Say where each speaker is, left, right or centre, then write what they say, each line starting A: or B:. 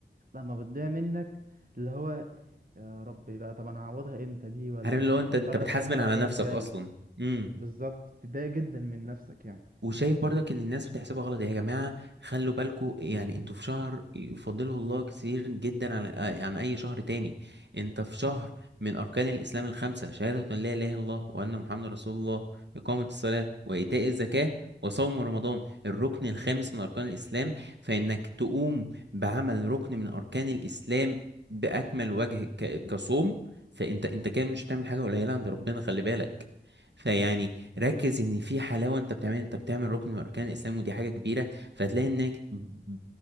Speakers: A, on the right (about 50°); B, on the right (about 70°).
A: فلما بتضيع منك اللي هو يا ربي بقى طب انا هعوضها امتى دي ولا
B: عارف اللي
A: هضطر
B: هو انت انت بتحاسبن
A: استنى رمضان
B: على نفسك
A: الجاي
B: اصلا امم
A: بالظبط بتضايق جدا من نفسك يعني
B: وشايف برضك ان الناس بتحسبها غلط يا جماعه خلوا بالكوا يعني انتوا في شهر يفضله الله كتير جدا عن آه، عن اي شهر تاني انت في شهر من اركان الاسلام الخمسه شهاده ان لا اله الا الله وان محمد رسول الله اقامه الصلاه وايتاء الزكاه وصوم رمضان الركن الخامس
A: امم
B: من اركان الاسلام فانك تقوم بعمل ركن من اركان الاسلام باكمل وجه ك- كصوم فانت انت كده مش بتعمل حاجه قليله عند ربنا خلي بالك فيعني ركز ان في حلاوه انت بتعمل انت بتعمل ركن من اركان الاسلام ودي حاجه كبيره فهتلاقي انك ب-